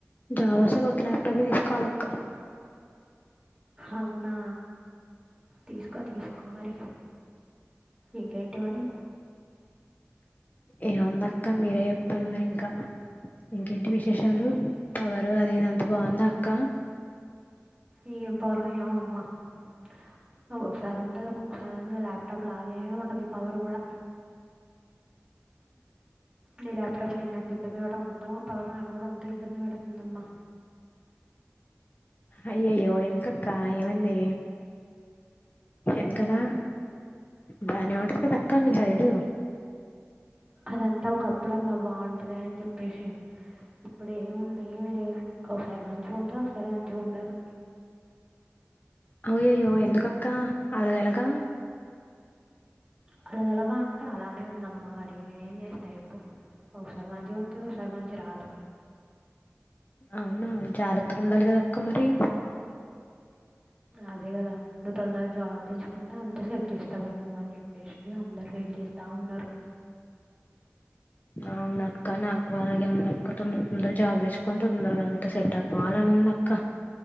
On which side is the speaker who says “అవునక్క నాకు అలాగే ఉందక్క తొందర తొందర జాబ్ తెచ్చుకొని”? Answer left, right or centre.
Left